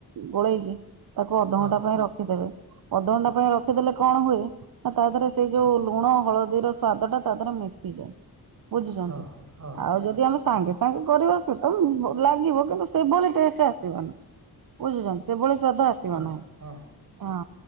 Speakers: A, on the right; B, on the right.
A: ଗୋଳେଇକି ତାକୁ ଅଧଘଣ୍ଟା
B: ହଁ।
A: ପାଇଁ ରଖିଦେବେ ଅଧଘଣ୍ଟା ପାଇଁ ରଖିଦେଲେ କଣ ହୁଏ ନା ତା ଦେରରେ ସେଇ ଯୋଉ ଲୁଣ ହଳଦୀର ସ୍ଵାଦ ଟା ତା ଦେହରେ ମିଶିଯାଏ। ବୁଝୁଛନ୍ତି
B: ହଁ ହଁ
A: ଆଉ ଯଦି ଆମେ ସାଙ୍ଗେ ସାଙ୍ଗେ କରିବ ସେ ତ ଲାଗିବ କିନ୍ତୁ ସେଭଳି ଟେଷ୍ଟ ଆସିବନି। ବୁଝୁଚନ୍ତି ସେଭଳି ସ୍ୱାଦ ଆସିବ
B: ହଁ
A: ନାହି
B: ହଁ
A: ହଁ।